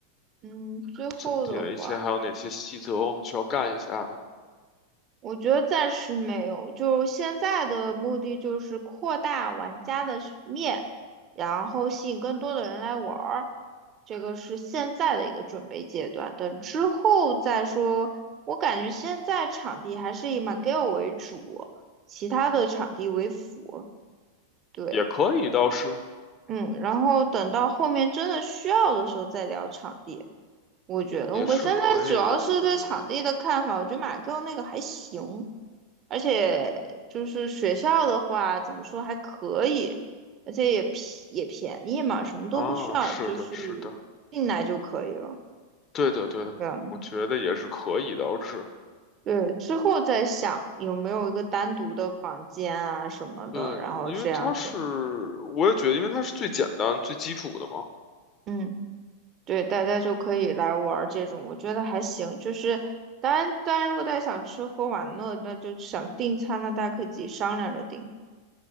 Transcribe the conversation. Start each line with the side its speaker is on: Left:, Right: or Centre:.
Right: 嗯，最后的话。
Left: 总结一些，还有哪些细则我们需要干一下的，
Right: 我觉得暂时没有，就现在的目的就是扩大玩家的是面，然后吸引更多的人来玩儿，这个是现在的一个准备阶段。等之后再说，我感觉现在场地还是以 McGill 为主，其他的场地为辅。对，
Left: 也可以，倒是
Right: 嗯，然后等到后面真的需要的时候再聊场地。我觉得我现在主要是对场地的看法，
Left: 也是可以的，我认为
Right: 我觉得 McGill 那个还行。而且就是学校的话，怎么说还可以，而且也便也便宜嘛，什么都不需要，
Left: 啊，是的，
Right: 就是进来就可以了。
Left: 是的，对的，对的，
Right: 嗯，
Left: 我觉得也是可以的，倒是。
Right: 对，之后再想有没有一个单独的房间啊什么的，
Left: 对，
Right: 然后这样子，
Left: 因为它是，我也觉得，因为它是最简单、最基础的嘛。
Right: 嗯，对，大家就可以来玩儿这种，我觉得还行。就是当然，当然，如果大家想吃喝玩乐，那就想订餐，那大家可以自己商量着订。